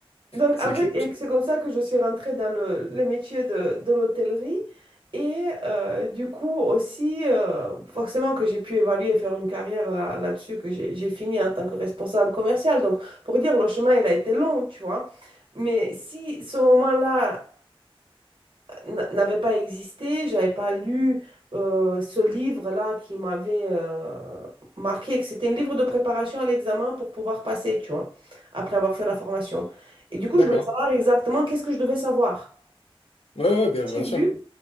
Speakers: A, on the right; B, on the left.
A: Donc,
B: C'est
A: en fait,
B: clair.
A: et c'est comme ça que je suis rentrée dans le, le métier de, de l'hôtellerie. Et euh, du coup, aussi, euh, forcément que j'ai pu évaluer et faire une carrière là, là-dessus, que j'ai j'ai fini en tant que responsable commercial. Donc, pour dire, le chemin, il a été long, tu vois. Mais si ce moment-là n- n'avait pas existé, j'avais pas lu euh, ce livre-là qui m'avait euh, marqué, que c'était un livre de préparation à l'examen pour pouvoir passer, tu vois, après avoir fait la formation. Et du coup,
B: D'accord.
A: je voulais savoir exactement qu'est-ce que je devais savoir.
B: Ouais, ouais, bien,
A: J'ai
B: bien
A: vu,
B: sûr.